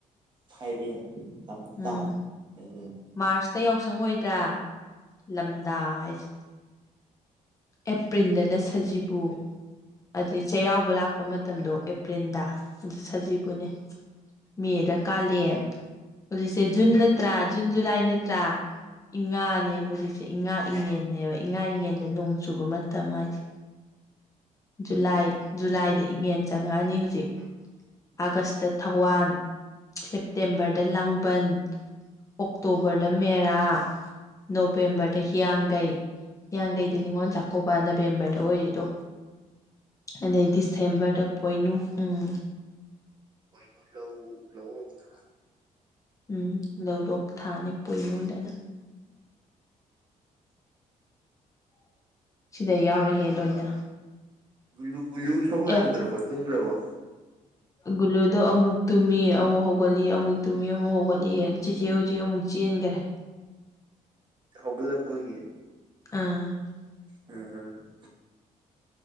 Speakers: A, on the right; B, on the left.
A: ꯐꯥꯏꯔꯦꯟ ꯇꯝꯇꯥ
B: ꯎꯝ
A: ꯍꯩꯔꯦ
B: ꯃꯥꯔꯁꯇ ꯌꯥꯎꯁꯪ ꯑꯣꯏꯗ꯭ꯔꯥ ꯂꯝꯗꯥ ꯍꯥꯏꯁꯤ ꯑꯦꯄ꯭ꯔꯤꯜꯗꯅ ꯁꯖꯤꯕꯨ ꯑꯗꯩ ꯆꯩꯔꯥꯎꯕ ꯂꯥꯛ ꯃꯇꯝꯗꯣ ꯑꯦꯄ꯭ꯔꯤꯜꯗ ꯑꯗꯨ ꯁꯖꯤꯕꯨꯅꯦ ꯃꯦꯗ ꯀꯥꯂꯦꯟ ꯍꯧꯖꯤꯛꯁꯦ ꯖꯨꯟ ꯅꯠꯇ꯭ꯔꯥ ꯖꯨꯟ ꯖꯨꯂꯥꯏ ꯅꯠꯇ꯭ꯔꯥ ꯏꯪ ꯉꯥꯅꯦ ꯍꯧꯖꯤꯛꯁꯦ ꯏ ꯉꯥ ꯏꯉꯦꯅꯦꯕ ꯏꯉꯥ ꯏꯉꯦꯟꯗ ꯅꯣꯡ ꯆꯨꯕ ꯃꯇꯝ ꯍꯥꯏꯖꯦ ꯖꯨꯂꯥꯏ ꯖꯨꯂꯥꯏꯗ ꯏꯉꯦꯟ ꯆꯪꯉꯛꯑꯅꯤ ꯍꯨꯖꯤꯛ ꯑꯥꯒꯁꯇ ꯊꯥꯋꯥꯟ ꯁꯦꯞꯇꯦꯝꯕꯔꯗ ꯂꯥꯡꯕꯟ ꯑꯣꯛꯇꯣꯕꯔꯗ ꯃꯦꯔꯥ ꯅꯣꯕꯦꯝꯕꯔꯗ ꯍꯤꯌꯥꯡꯒꯩ ꯍꯤꯌꯥꯡꯒꯩꯗ ꯅꯤꯉꯣꯟ ꯆꯥꯛꯀꯧꯕ ꯅꯕꯦꯝꯕꯔꯗ ꯑꯣꯏꯔꯤꯗꯣ ꯑꯗꯩ ꯗꯤꯁꯦꯝꯕꯔꯗ ꯄꯣꯏꯅꯨ ꯎꯝ
A: ꯄꯣꯏꯅꯨ ꯂꯧ ꯂꯧꯔꯣꯛ ꯊꯥ
B: ꯎꯝ ꯂꯧꯔꯣꯛ ꯊꯥꯅꯤ ꯄꯣꯏꯅꯨꯗꯅ ꯁꯤꯗ ꯌꯥꯎꯔꯦꯍꯦ ꯂꯣꯏꯅ
A: ꯒꯨꯨ ꯒꯨꯂꯨ ꯏꯁꯧ ꯂꯥꯡꯗ꯭ꯔꯕꯣ
B: ꯑꯦ
A: ꯇꯨꯝꯈ꯭ꯔꯕꯣ
B: ꯒꯨꯂꯨꯗꯣ ꯑꯃꯨꯛ ꯇꯨꯝꯃꯤ ꯑꯃꯨꯛ ꯍꯧꯒꯠꯂꯤ ꯑꯃꯨꯛ ꯇꯨꯝꯃꯤ ꯑꯃꯨꯛ ꯍꯧꯒꯠꯂꯤ ꯆꯤꯆꯦ ꯍꯧꯖꯤꯛ ꯑꯃꯨꯛ ꯆꯦꯟꯒꯔꯦ
A: ꯍꯧꯒꯠꯂꯛꯄꯥꯒꯤ
B: ꯑꯥ
A: ꯎꯝ